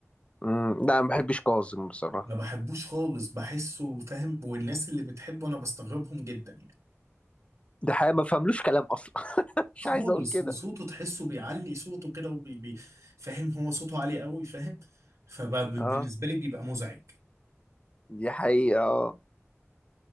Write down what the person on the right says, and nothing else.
ما بحبوش خالص بحسه فاهم والناس اللي بتحبه انا بستغربهم جدا يعني
خالص
وصوته تحسه بيعلي صوته كده وبي... بي... فاهم هو صوته عالي قوي فاهم فبالنسبه
لي بيبقى مزعج